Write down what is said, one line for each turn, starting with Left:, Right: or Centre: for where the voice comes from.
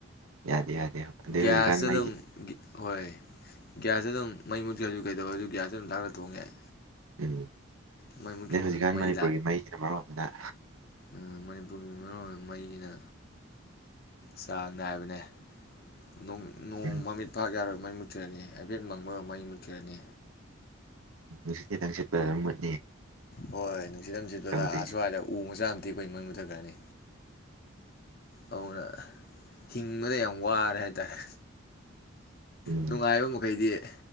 Right: ꯌꯥꯗꯦ ꯌꯥꯗꯦ ꯑꯗꯩ
Left: ꯒ꯭ꯁꯇ
Right: ꯍꯧꯖꯤꯛꯀꯥꯟ ꯃꯩꯁꯦ
Left: ꯑꯗꯨꯝ ꯍꯣꯏ ꯒ꯭ꯌꯥꯁꯇ ꯑꯗꯨꯝ ꯃꯩ ꯃꯨꯠꯈ꯭ꯔꯁꯨ ꯀꯩꯗꯧꯔꯁꯨ ꯒ꯭ꯌꯥꯁꯇ ꯑꯗꯨꯝ ꯊꯥꯒꯒꯠꯂꯒ ꯊꯣꯡ ꯌꯥꯏ
Right: ꯎꯝ
Left: ꯃꯩ ꯃꯨꯠꯈꯤꯕꯅꯕꯨꯗꯤ
Right: ꯅꯣꯏ ꯍꯧꯖꯤꯛꯀꯥꯟ
Left: ꯃꯩ
Right: ꯃꯅꯤꯄꯨꯔꯒꯤ ꯃꯩꯁꯤꯅ ꯃꯔꯣꯟ ꯑꯃ
Left: ꯎꯝ ꯃꯅꯤꯄꯨꯔꯒꯤ ꯃꯔꯨꯑꯣꯏꯕ ꯃꯩꯁꯤꯅ ꯆꯥꯡ ꯅꯥꯏꯕꯅꯦ ꯅꯣꯡ ꯅꯣꯡ
Right: ꯎꯝ
Left: ꯃꯃꯤꯠ ꯐꯥꯛ ꯌꯥꯔꯣꯏ ꯃꯩ ꯃꯨꯠꯈ꯭ꯔꯅꯤ ꯍꯥꯏꯐꯦꯠ ꯃꯪꯡꯕꯒ ꯃꯩ ꯃꯨꯠꯈ꯭ꯔꯅꯤ
Right: ꯅꯨꯡꯁꯤꯇ ꯀꯤꯗꯥꯡ ꯁꯤꯠꯄꯩꯔꯥ ꯃꯨꯗ
Left: ꯍꯣꯏ ꯅꯨꯡꯁꯤꯠ ꯑꯃ ꯆꯠꯄꯗ
Right: ꯇꯧꯗꯣꯏꯁꯦ
Left: ꯑꯁ꯭ꯋꯥꯏꯗ ꯎ ꯃꯆꯥ ꯇꯤ ꯑꯥꯈꯣꯏ ꯃꯩ ꯃꯨꯊꯛꯈꯔꯥꯅꯤ ꯑꯗꯨꯅ ꯍꯤꯡꯕꯗ ꯌꯥꯝ ꯋꯥꯔꯦ ꯍꯥꯏꯇꯥꯔꯦ
Right: ꯎꯝ
Left: ꯅꯨꯡꯉꯥꯏꯕ ꯃꯈꯩꯗꯤ ꯑꯦ